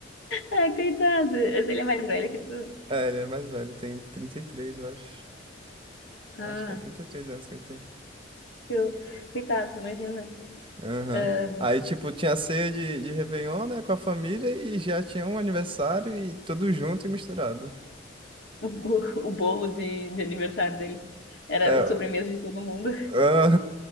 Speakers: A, on the left; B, on the right.
A: ai, coitado, mas ele é mais velho que tu.
B: É, ele é mais velho, tem 33, eu acho.
A: Ah,
B: Acho que é 33 anos que ele tem.
A: eu, coitado, imagina
B: Aham.
A: ah,
B: Aí, tipo, tinha ceia de, de Réveillon, né, com a família e já tinha um aniversário e tudo junto e misturado.
A: o, bo- o bolo de, de aniversário dele. Era
B: É,
A: a sobremesa de todo mundo.
B: Ah,